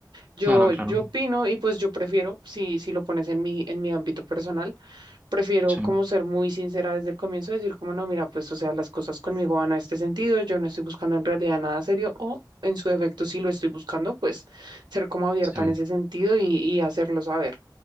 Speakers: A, on the right; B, on the right.
A: Yo,
B: claro,
A: yo
B: claro.
A: opino y pues yo prefiero, si, si lo pones en mi, en mi ámbito personal prefiero
B: Sí,
A: como ser muy sincera desde el comienzo, decir como no, mira, pues o sea, las cosas conmigo van a este sentido, yo no estoy buscando en realidad nada serio o en su defecto si lo estoy buscando, pues ser como abierta
B: sí.
A: en ese sentido y, y hacerlo saber.